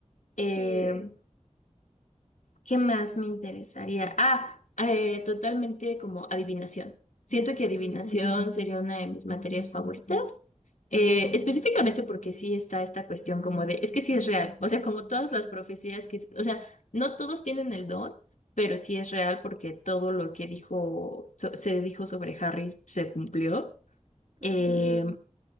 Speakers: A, on the left; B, on the right.
A: Eh,
B: Sí.
A: ¿Qué más me interesaría? Ah, eh, totalmente como adivinación. Siento que adivinación
B: mm,
A: sería una de mis materias favoritas, eh, específicamente porque sí está esta cuestión como de, es que sí es real, o sea, como todas las profecías que, o sea, no todos tienen el don, pero sí es real porque todo lo que dijo, so- se dijo sobre Harry se cumplió.
B: ujú,
A: Eh,